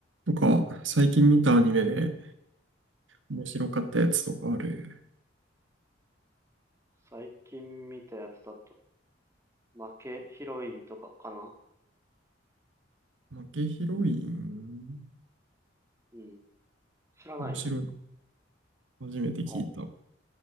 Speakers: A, on the right; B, on the right.
A: なんか、最近見たアニメで面白かったやつとかある。
B: 最近見たやつだと、負けヒロインとかかな
A: 負けヒロイン
B: うん。知らない
A: 面白い。初めて聞いた。
B: あ、